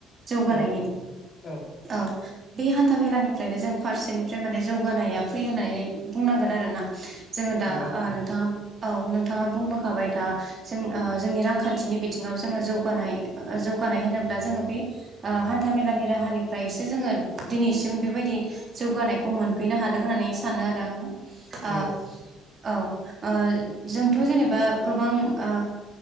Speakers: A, on the right; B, on the left.
A: जौगानायनि
B: औ औ
A: औ। बे हान्था मेलानिफ्रायनो जों फारसेनिफ्राय माने जौगानाया फैयो होननानै बुंनांगोन आरो ना। जोङो दा
B: नंगौ नंगौ
A: ओ नोंथाङा औ नोंथाङा बुंबोखाबाय दा जों ओ जोंनि रांखान्थिनि बिथिङाव जोङो जौगानाय जौगानाय होनोब्ला जोङो बे ओ हान्था मेलानि राहानिफ्रायसो जोङो दिनैसिम बेबायदि जौगानायखौ मोनफैनो हादों होननानै सानो आरो आङो। ओ
B: औ
A: औ ओ जोंथ जेनेब ओ बा गोबां ओ